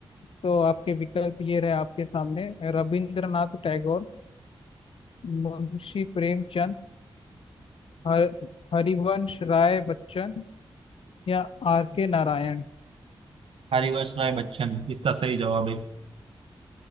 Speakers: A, on the left; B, on the right.
A: तो आपके विकल्प ये रहे आपके सामने रविंद्रनाथ टैगोर मुंशी प्रेमचंद हर, हरिवंश राय बच्चन या आर के नारायण
B: हरिवंश राय बच्चन इसका सही जवाब है